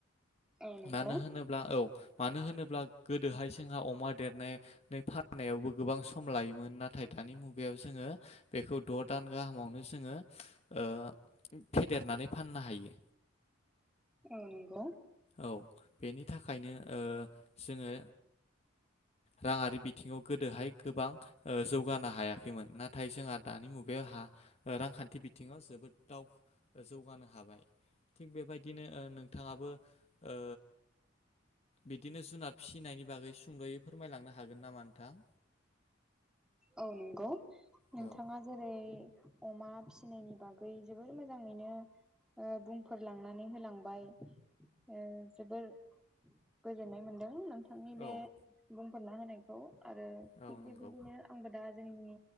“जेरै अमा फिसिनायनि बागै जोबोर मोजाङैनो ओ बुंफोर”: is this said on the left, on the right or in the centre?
Centre